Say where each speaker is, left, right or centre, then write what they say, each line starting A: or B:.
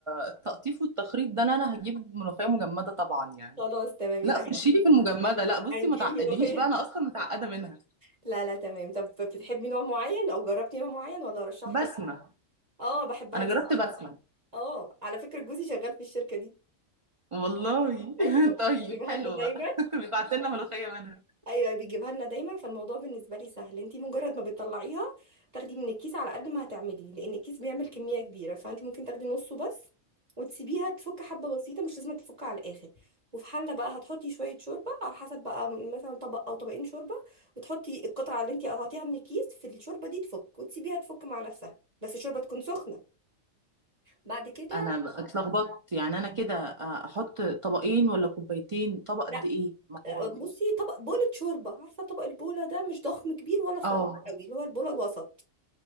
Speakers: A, on the right; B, on the right.
A: التقطيف والتخريط ده لا أنا هجيب ملوخية مجمدة طبعا يعني
B: خلاص تمام يبقى
A: لا
B: هتجيبي
A: خشي لي في المجمدة لا بصي
B: هنجيب
A: ما تعقدينيش
B: ملوخية
A: بقى أنا أصلا متعقدة منها
B: لا لا تمام طب بتحبي نوع معين او جربتي نوع معين ولا ارشح
A: بسمة
B: لك اه بحبها
A: أنا
B: جدا
A: جربت بسمة
B: اه على فكرة جوزي شغال في الشركة دي
A: والله <laughs>
B: ايوه
A: طيب
B: بيجيبها
A: حلو
B: لنا دايما
A: بقى <laughs> بيبعت لنا ملوخية منها
B: ايوه بيجيبها لنا دايما فالموضوع بالنسبه لي سهل انت مجرد ما بتطلعيها تاخدي من الكيس على قد ما هتعملي لان الكيس بيعمل كميه كبيره فانت ممكن تاخدي نصه بس وتسيبيها تفك حبه بسيطه مش لازم تفك على الاخر وفي حله بقى هتحطي شويه شوربه على حسب بقى مثلا طبق او طبقين شوربه وتحطي القطعه اللي انت قطعتيها من الكيس في الشوربه دي تفك وتسيبيها تفك مع نفسها بس الشوربه تكون سخنه بعد كده
A: أنا بقى اتلخبطت يعني أنا كده أحط طبقين ولا كوبايتين طبق
B: لا
A: قد إيه؟ ما هو-
B: بصي طبق بولة شوربه عارفه طبق البوله ده مش ضخم كبير ولا صغير
A: اه
B: قوي اللي هو البوله الوسط